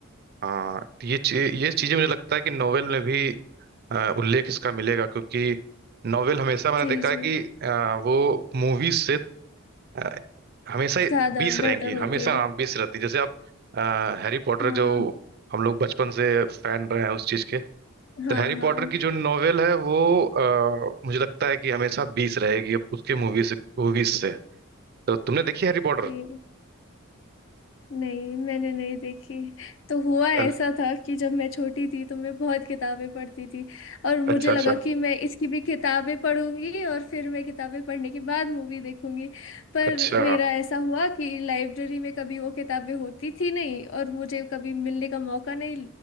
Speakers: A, on the right (about 45°); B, on the left (about 60°).
A: हाँ तो ये चीज ये चीजें मुझे लगता है कि नोवेल में भी अ, उल्लेख इसका मिलेगा क्योंकि नोवेल हमेशा मैंने
B: जी
A: देखा
B: जी
A: है कि अ, वो मूवीज से अ, हमेशा ही
B: ज्यादा
A: बीस रहेंगी
B: बेहतर
A: हमेशा
B: होती है
A: हाँ, बीस रहती है जैसे आप हैरी पॉटर
B: हाँ
A: जो हम लोग बचपन से फैन रहे हैं उस चीज के
B: हाँ
A: तो हैरी
B: हाँ
A: पॉटर की जो नोवेल है वो अ, मुझे लगता है कि हमेशा बीस रहेगी अब उसके मूवीज मूवीज से तो तुमने देखी हैरी पॉटर
B: जी नहीं मैंने नहीं देखी तो हुआ ऐसा
A: अच्छा
B: था कि जब मैं छोटी थी तो मैं बहुत किताबें पढ़ती थी और मुझे
A: अच्छा
B: लगा कि मैं इसकी भी किताबें पढ़ूंगी और फिर मैं किताबें पढ़ने के बाद मूवी देखूंगी पर
A: अच्छा
B: मेरा ऐसा हुआ कि लाइब्रेरी में कभी वो किताबें होती थी नहीं और मुझे कभी मिलने का मौका नहीं